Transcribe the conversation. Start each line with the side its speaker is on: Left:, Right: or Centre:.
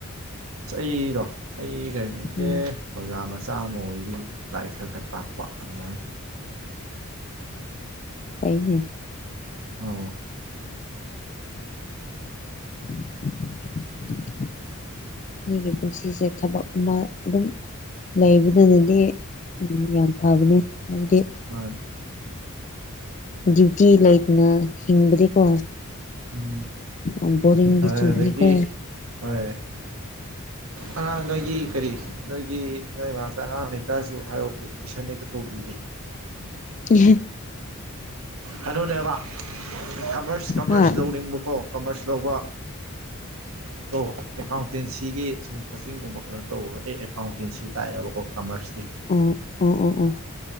Right: ꯑꯩꯔꯣ ꯑꯩ ꯀꯩꯅꯣ ꯅꯠꯇꯦ
Left: ꯎꯝ
Right: ꯑꯣꯖꯥ ꯃ ꯆꯥꯝꯃ ꯑꯣꯏꯔꯤ ꯂꯥꯏ ꯈꯔ ꯈꯔ ꯇꯥꯛꯄ ꯑꯗꯨꯃꯥꯏꯅ
Left: ꯑꯩꯅꯦ
Right: ꯑ
Left: <unintelligible> ꯃꯤꯒꯤ ꯄꯨꯟꯁꯤꯁꯦ ꯊꯕꯛ ꯑꯃ ꯑꯗꯨꯝ ꯂꯩꯕꯗꯅꯗꯤ ꯌꯥꯝ ꯐꯕꯅꯦ
Right: ꯃꯥꯅꯤ
Left: ꯍꯥꯏꯕꯗꯤ
Right: ꯃꯥꯅꯤ
Left: ꯗ꯭ꯌꯨꯇꯤ ꯂꯩꯗꯅ ꯍꯤꯡꯕꯗꯤꯀꯣ
Right: ꯎꯝ
Left: ꯌꯥꯝ ꯕꯣꯔꯤꯡꯗꯤ
Right: ꯑꯗꯨ
Left: ꯆꯨꯕꯅꯤꯀꯣ
Right: ꯑꯗꯒꯤ ꯍꯣꯏ ꯑꯉꯥꯡ ꯅꯣꯏꯒꯤ ꯀꯔꯤ ꯅꯣꯏꯒꯤ ꯅꯣꯏ ꯃꯔꯛꯇ ꯑꯉꯥꯡ ꯂꯩꯇꯔꯁꯨ ꯍꯥꯏꯔꯥꯎꯕꯨ ꯄꯨꯏꯁꯟ ꯂꯩꯇ ꯇꯧꯕꯤꯒꯦ ꯎ
Left: ꯎ
Right: ꯀꯩꯅꯣꯅꯦꯕ ꯀꯃꯔꯁ ꯀꯃꯔꯁ
Left: ꯍꯥ
Right: ꯂꯧꯅꯤꯡꯕꯀꯣ ꯀꯃꯔꯁ ꯂꯧꯕ ꯇꯣ ꯑꯦꯀꯥꯎꯟꯇꯦꯟꯁꯤꯒꯤ ꯁꯨꯝ ꯀꯣꯆꯤꯡꯒꯨꯝꯕ ꯈꯩꯅꯣ ꯇꯧꯕ ꯑꯩ ꯑꯦꯀꯥꯎꯟꯇꯦꯟꯁꯤ ꯇꯥꯛꯑꯦꯕꯀꯣ ꯀꯃꯔꯁ
Left: ꯑꯣ ꯑꯣ ꯑꯣ ꯑꯣ